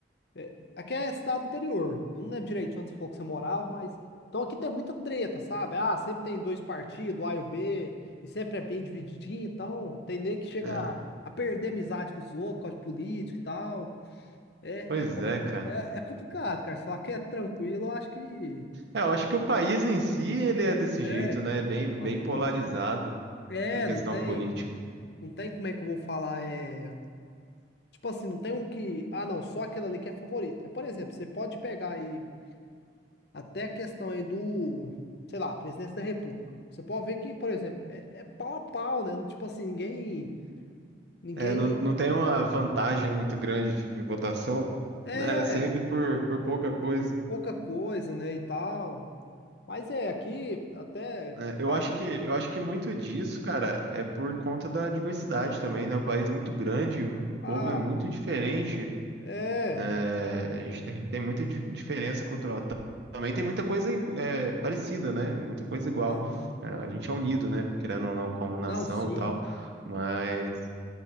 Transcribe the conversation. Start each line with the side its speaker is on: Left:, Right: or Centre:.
Left: É, Aqui é cidade interior. Eu não lembro direito onde você falou que você morava, mas. Então aqui tem muita treta, sabe? Ah, sempre tem dois partidos, A e o B, e sempre é bem divididinho, então tem nego que chega
Right: É,
Left: a a perder amizade com os outros, por causa de político e tal. É,
Right: Pois
Left: é, com-
Right: é, cara.
Left: é, é complicado, cara. Se falar que é tranquilo, eu acho que.
Right: É, eu acho que o país em si, ele é desse
Left: É.
Right: jeito, né? Bem,
Left: Aham.
Right: bem polarizado
Left: É,
Right: em questão
Left: não tem.
Right: política.
Left: Não tem como é que eu vou falar. É... Tipo assim, não tem um que. Ah, não, só aquele ali que é favorito. É, Por exemplo, você pode pegar aí. Até a questão aí do, sei lá, presidência da República. Você pode ver que, por exemplo, é, é pau a pau, né? Tipo assim, ninguém, ninguém,
Right: É, não, não tem uma vantagem muito grande em votação,
Left: é,
Right: né? Sempre por, por pouca coisa.
Left: pouca coisa, né, e tal. Mas é, aqui até,
Right: É, eu
Left: cara,
Right: acho que eu acho que muito disso, cara, é por conta da diversidade também, né? O país é muito grande, o
Left: ah,
Right: povo é muito diferente,
Left: é,
Right: é, a gente tem, tem muita di- diferença cultural. Ta- Também tem muita coisa igu- é, parecida, né? Muita coisa igual.
Left: aham,
Right: É, a gente é unido, né? Querendo ou não, como nação
Left: não, sim,
Right: e tal, mas,